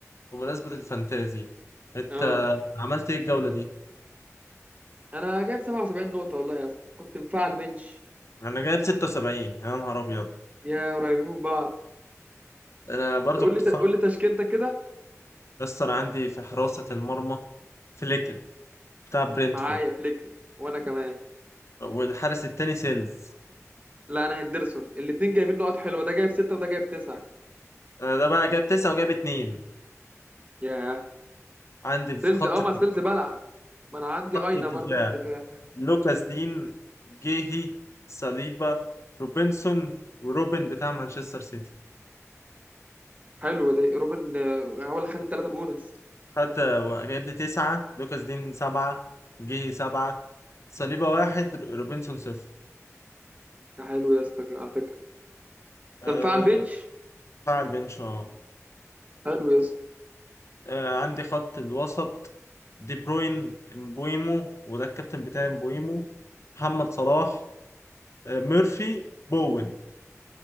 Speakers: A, on the left; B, on the right.
A: بمناسبة الفانتازي انت
B: اه
A: عملت ايه الجولة دي؟
B: انا جايب 77 نقطه والله يا اسطى كنت مفعل بنش
A: انا جايب 76 يا نهار ابيض
B: يا قريبين من بعض
A: انا برضو
B: تقول
A: كنت
B: لي تقول
A: فاهم
B: لي تشكيلتك كده
A: بس انا عندي في حراسة المرمى فليكن بتاع برينتفورد
B: معايا فليك وانا كمان
A: والحارس التاني سيلز
B: لا انا هندرسون الاثنين جايبين نقط حلوه ده جايب سته وده جايب تسعه
A: انا ده بقى جايب تسعة وجايب اتنين
B: ياه
A: عندي في
B: سيلز
A: خط
B: اه ما سيلز بلع ما انا عندي
A: خط
B: اينا
A: الدفاع
B: برضه في الدفاع
A: لوكاس دين جيهي صليبا روبنسون وروبن بتاع مانشستر سيتي
B: حلوه دي روبن آه، هو اللي خد الثلاثه بونص
A: خد جايب لي تسعة لوكاس دين سبعة جيهي سبعة صليبا واحد روبنسون صفر
B: ده حلو يا اسطى على فكرة
A: أه
B: تنفع البنش
A: دفاع البنش اه
B: حلو يا اسطى
A: آه، عندي خط الوسط دي بروين مبويمو وده الكابتن بتاعي مبويمو محمد صلاح آه، ميرفي بوين